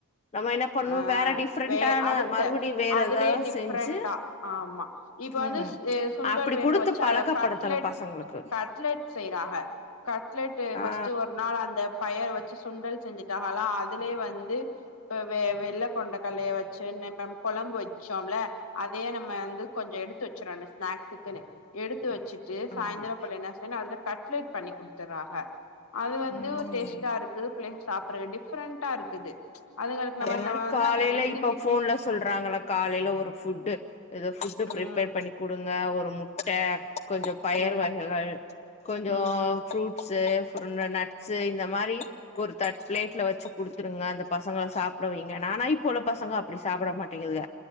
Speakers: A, on the left (about 30°); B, on the left (about 70°).
A: நம்ம என்ன பண்ணு
B: ஆஹ்
A: வேற டிஃப்ரெண்டான
B: வே அடுத்த
A: மறுபடி வேற
B: அதுலயே
A: ஏதாவது
B: டிஃப்ரெண்டா
A: செஞ்சு
B: ஆ ஆமா இப்ப வந்து
A: ம்
B: சுண்டல்
A: அப்படி
B: வேக
A: குடுத்து
B: வெச்சு
A: பழக்கப்படுத்தணு
B: அதுல கட்லெட்
A: பசங்களுக்கு
B: கட்லெட் செய்றாங்க கட்லெட் ஃபஸ்ட்
A: ஆ
B: ஒரு நாள் அந்த பயர் வெச்சு சுண்டல் செஞ்சுட்டாங்கனா அதுலயே வந்து இ வெள்ள கொண்ட கடலைய வெச்சு நேத் நம்ம கொழம்பு வெச்சோம்ல அதே நம்ம நம்ம வந்து கொஞ்சோ எடுத்து வெச்சுறனு ஸ்நேக் த்த எடுத்து வெச் வெச்சுட்டு சாயந்திரோ
A: ஆமா
B: போல என்ன செய்யனு அதுல கட்லட் பண்ணி குடுத்துட்றாக அது வந்து
A: ம்
B: டேஸ்ட்டா இருக்குது பிள்ளைக சாப்புட்றது டிஃப்ரெண்டா இருக்குது அதுங்களுக்கு
A: அது
B: நம்ம
A: மாரி
B: நம்ம வந்து
A: காலைல
B: அந்த ரெசிபிக்கு
A: இப்ப ஃபோன்ல சொல்றாங்கள காலைல ஒரு ஃபுட்டு ஏதோ ஃபுட் ஃபுட்
B: ம்
A: ப்ரீபேர் பண்ணி குடுங்க ஒரு முட்ட கொஞ்சோ பயர்
B: ம்
A: வகைகள் கொஞ்சோ
B: ம்
A: ஃப்ரூட்சு இந்த நட்ஸ் இந்த மாரி ஒரு தட் பிளேட்ல வெச்சி குடுத்துருங்க அந்த பசங்க சாப் சாப்பிட வெய்ங்க ஆனா இப்போ உள்ள பசங்க அப்டி சாப்பிட மாட்டேங்குதுங்க